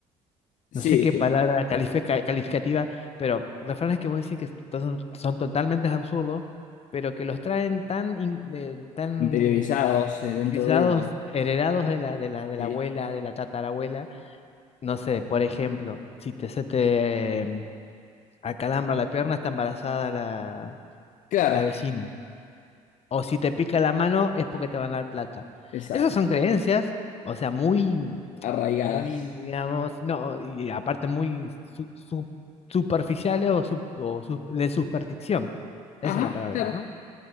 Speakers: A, on the left; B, on the left.
A: Sí,
B: no sé qué
A: eh,
B: palabra califi- ca- calificativa, pero refranes que vos decís que son, son totalmente absurdos, pero que los traen tan, in- eh, tan
A: interiorizados eh, dentro
B: utilizados,
A: de ellos.
B: heredados de la, de la, de
A: Sí.
B: la abuela, de la tatarabuela. No sé, por ejemplo, si te, se te em, acalambra la pierna, está embarazada la,
A: Claro.
B: la vecina. o si te pica la mano es porque te van a dar plata.
A: Exacto.
B: Esas son creencias, o sea, muy,
A: Arraigadas.
B: muy, digamos, no, y aparte muy su- su- superficiales o, su- o su- de superstición. Esa
A: Ajá,
B: es la palabra,
A: claro.
B: ¿no?